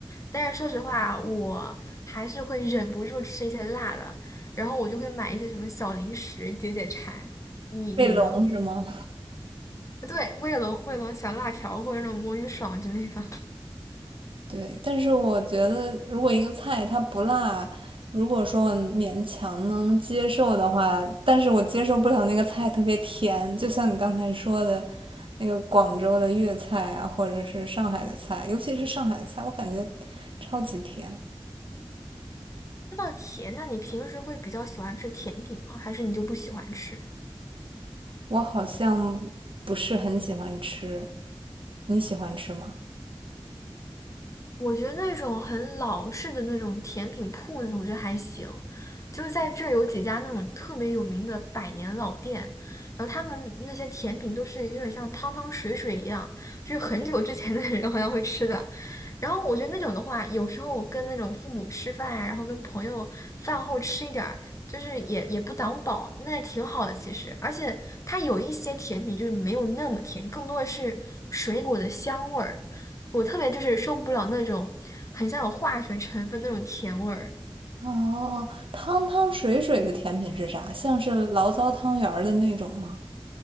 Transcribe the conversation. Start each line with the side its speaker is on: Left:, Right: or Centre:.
Left: 但是说实话，我还是会忍不住吃一些辣的，然后我就会买一些什么小零食解解馋。你你呢？
Right: 卫嗯龙是吗？
Left: 对，卫龙、卫龙小辣条或者那种魔芋爽之类的。
Right: 对，但是我觉得，如果一个菜它不辣，如果说我勉强能接受的话，但是我接受不了那个菜特别甜，就像你刚才说的，那个广州的粤菜啊，或者是上海的菜，尤其是上海的菜，我感觉超级甜，
Left: 那甜，那你平时会比较喜欢吃甜品吗？还是你就不喜欢吃？
Right: 我好像不是很喜欢吃。你喜欢吃吗？
Left: 我觉得那种很老式的那种甜品铺子，我觉得还行。就是在这儿有几家那种特别有名的百年老店，然后他们那些甜品都是有点像汤汤水水一样，就是很久之前的人好像会吃的。然后我觉得那种的话，有时候我跟那种父母吃饭呀，然后跟朋友饭后吃一点儿，就是也也不挡饱，那也挺好的其实。而且它有一些甜品就是没有那么甜，更多的是水果的香味儿。我特别就是受不了那种很像有化学成分那种甜味儿，
Right: 哦，汤汤水水的甜品是啥？像是醪糟汤圆儿的那种吗？